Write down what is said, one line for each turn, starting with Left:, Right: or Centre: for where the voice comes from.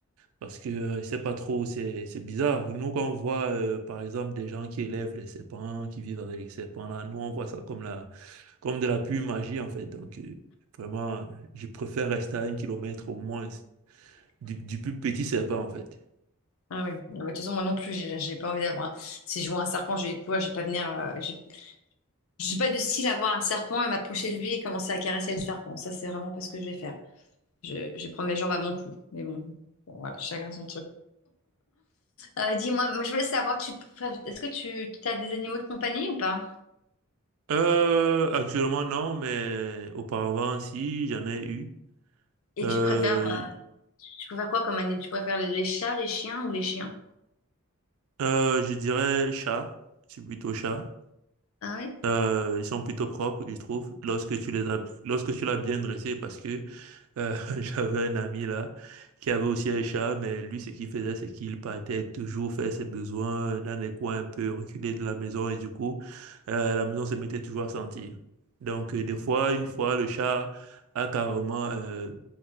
Right: parce que euh, c'est pas trop, c'est c'est bizarre. Nous, quand on voit, euh, par exemple, des gens qui élèvent les serpents, qui vivent avec les serpents, là, nous, on voit ça comme, la, comme de la pure magie, en fait. Donc, euh, vraiment, euh, je préfère rester à un kilomètre au moins Du, du plus petit serpent, en fait.
Left: Ah oui. Ah, bah, de toute façon, moi non plus, j'ai j'ai pas envie d'avoir. un- Si je vois un serpent, je vais courir, je vais pas venir. euh, j'ai- je suis pas du style à voir un serpent et m'approcher de lui et commencer à caresser le serpent. Ça, c'est vraiment pas ce que je vais faire. Je, je prends mes jambes à mon cou. Mais bon, bon, voilà, chacun son truc. Euh, dis-moi, moi, je voulais savoir, tu préfères- est-ce que tu as des animaux de compagnie ou pas?
Right: Euh, actuellement, non, mais auparavant, si, j'en ai eu.
Left: Et
Right: Euh,
Left: tu préfères Tu préfères quoi comme animal? Tu préfères les chats, les chiens ou les chiens?
Right: euh, je dirais le chat. C'est plutôt chat.
Left: Ah ouais?
Right: Euh, ils sont plutôt propres, je trouve, lorsque tu les as, lorsque tu l'as bien dressé, parce que euh, <laughs> j'avais un ami là qui avait aussi un chat, mais lui, ce qu'il faisait, c'est qu'il partait toujours faire ses besoins dans des coins un peu reculés de la maison, et du coup, euh, la maison se mettait toujours à sentir. Donc, euh, des fois, une fois, le chat a carrément, euh,